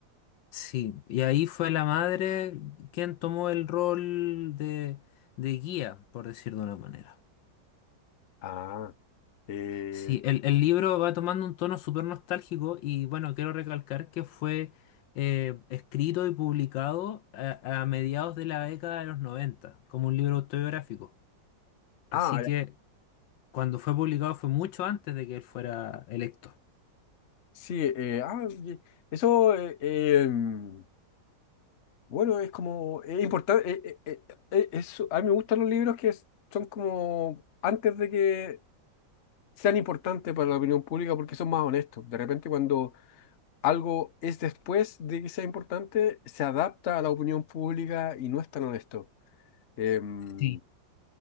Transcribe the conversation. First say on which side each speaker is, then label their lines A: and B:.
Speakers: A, on the left (about 80°); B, on the left (about 50°).
A: Sí, y ahí fue la madre quien tomó el rol de, de guía, por decir de una manera.
B: Ah, eh,
A: Sí, el, el libro va tomando un tono súper nostálgico y bueno, quiero recalcar que fue eh, escrito y publicado a, a mediados de la década de los 90 como un libro autobiográfico. Así
B: ah,
A: que cuando fue publicado fue mucho antes de que él fuera electo.
B: Sí, eh, ah, ye- eso, eh, em, bueno, es como, es importante, eh, eh, eh, eh, es- a mí me gustan los libros que es- son como antes de que sean importantes para la opinión pública porque son más honestos. De repente cuando algo es después de que sea importante, se adapta a la opinión pública y no es tan honesto. Em,
A: Sí.